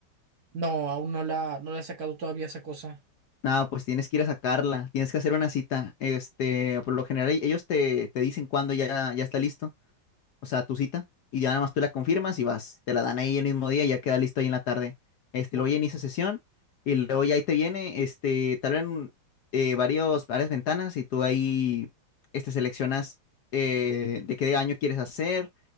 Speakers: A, on the right; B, on the left.
A: No, aún no la, no la he sacado todavía esa cosa.
B: Ah, pues tienes que ir a sacarla, tienes que hacer una cita. Este, por lo general e- ellos te, te dicen cuándo ya, ya está listo. o sea, tu cita, y ya nada más tú la confirmas y vas, te la dan ahí el mismo día y ya queda listo ahí en la tarde. Este,
A: O-
B: luego ya inicia sesión y luego ya ahí te viene, este, te abren eh, varios, varias ventanas y tú ahí, este, seleccionas eh, de qué año quieres hacer